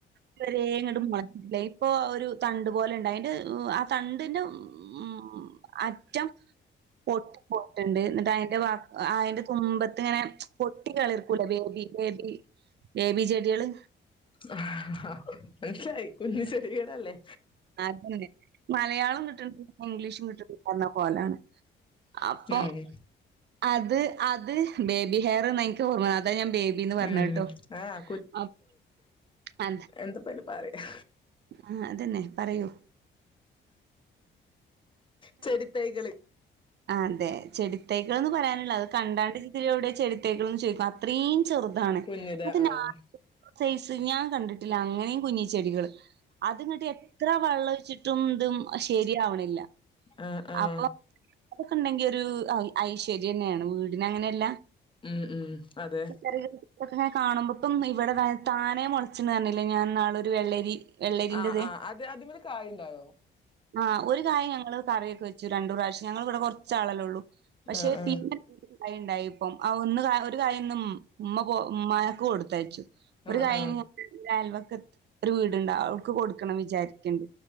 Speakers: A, on the right; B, on the left.
A: ഇതരേയിങ്ങട്ട് മുളച്ചില്ല ഇപ്പൊ ഒരു തണ്ട് പോലെയിണ്ട് അയിന്റെ ത ണ്ടിന്റെ മ് അറ്റം പൊട്ടി പോയി ട്ട്ണ്ട് ഇന്നിട്ട് അയിന്റെ ഭാ അയിന്റെ തുമ്പ ത്ത്ങ്ങനെ പൊട്ടി കിളിർക്കൂലെ ബേബി ബേബി ബേബി ചെടികള്
B: ആ മനസ്സിലായി കുഞ്ഞ് ചെടികളല്ലേ?
A: അതന്നെ മലയാളും കിട്ടണില്ല ഇംഗ്ലീഷും കിട്ടണില്ലാർഞ കോലാണ് അപ്പം
B: ഉം
A: അത് അത് ബേബി ഹെയർന്നാ ഇൻക്ക് ഓർമ അത ഞാൻ ബേബിന്ന് പറഞേട്ടോ
B: ഉം ആഹ്
A: അ
B: എന്തപ്പയിന് പറയാ
A: ആഹ് അതന്നെ പറയൂ
B: ചെടി തൈകള്
A: അതെ ചെടി തൈകകള്ന്ന് പറയാന്ള്ള അത് കണ്ടാണ്ട് ഇജിതിലൊവ്ടെ ചെടി തൈകള്ന്ന് ചോയ്ക്കും അത്രീം ചെറുതാണ്
B: കുഞ്ഞിത്
A: അത്
B: ആഹ്
A: ന സൈസ് ഞാൻ കണ്ടിട്ടില്ല അങ്ങനീം കുഞ് ചെടികള് അത്ങ്ങട്ട് എത്ര വെള്ളം ഒഴിച്ചിട്ടും ഇത് ശരിയാവണില്ല
B: ആഹ് ആഹ്
A: അപ്പം അതൊക്കെണ്ടെങ്കി ഒരു ഐ ഐശ്വര്യന്നേണ് വീടിന് അങ്ങനെയല്ല
B: ഉം ഉം അതെ
A: പെരേല് ഇതൊക്കെങ്ങനെ കാണുമ്പോ ഇപ്പം ഇവിടെതാ താനെ മൊളച്ചീണ് പറഞ്ഞില്ലേ ഞാ ഇന്നാളൊരു വെള്ളരി വെള്ളരിന്റെത്
B: ആഹ് ആ് അത് അത്മ്മല് കായിണ്ടായോ?
A: ആഹ് ഒരു കായ് ഞങ്ങള് കറിയൊക്കെ വെച്ചു രണ്ടു പ്രാവിശ്യം ഞങ്ങള് വടെ കൊറച്ചാളല്ലേയൊള്ളൂ പക്ഷെ
B: ആഹ് ആഹ്
A: പിന്നെ കായിണ്ടായെപ്പം ആ ഒന്ന് കാ ഒരു കായിന്ന് ഇമ് ഇമ്മ പോയപ്പം ഇമ്മാക്ക് കൊടുത്തയ്ച്ചു ഒരു
B: ആഹ്
A: കായിഞ്
B: ആഹ്
A: ഇന്റെ അയൽവക്കത്ത് ഒരു വീട്ണ്ട് അവ്ട്ക്ക് കൊടുക്കണം വിചാരിക്ക്ണ്ട്